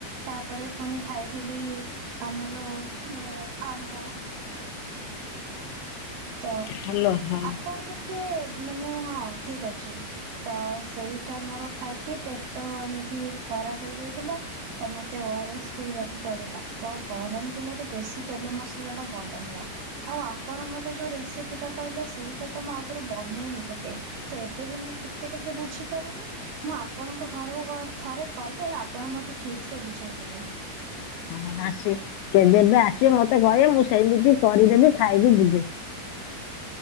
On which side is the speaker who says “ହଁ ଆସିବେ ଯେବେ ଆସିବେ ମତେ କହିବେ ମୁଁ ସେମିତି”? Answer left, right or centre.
Left